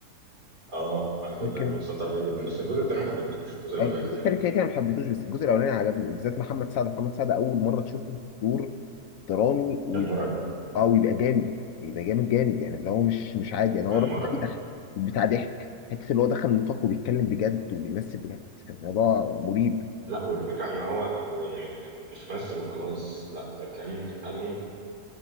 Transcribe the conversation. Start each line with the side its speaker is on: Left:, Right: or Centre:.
Right: اه انا كنت
Left: فيلم الكنز
Right: انا مستمتع بيه جدا بس الجزء الثاني ما حبيتهوش الجزء الاولاني
Left: الجزء
Right: كان حلو
Left: التاني كده كده ما حبيتهوش بس الجزء الاولاني عجبني بالذات محمد سعد محمد سعد اول مره تشوفه دور درامي
Right: كان مرعب
Left: اه ويبقى جامد يبقى جامد جامد يعني اللي هو مش مش عادي يعني هو
Right: كان
Left: الراجل
Right: مرعب
Left: ده بيضحك بتاع ضحك حته اللي هو دخل نطاق وبيتكلم بجد وبيمثل بجد كان الموضوع مريب
Right: لا والفكره ان هو هو يعني مش مثل وخلاص لا ده كان فعلا